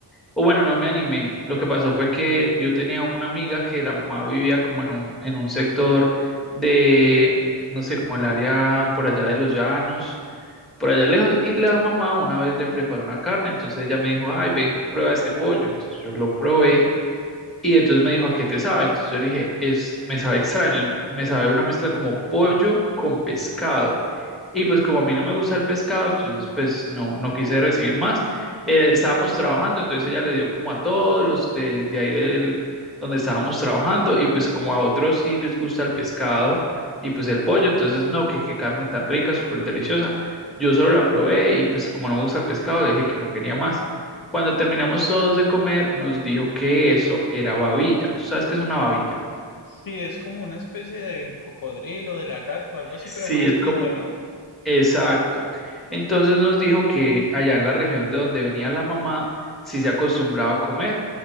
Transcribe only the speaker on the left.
sí, es como una especie de cocodrilo, de lagarto, algo así,
pero más chiquito,
¿no?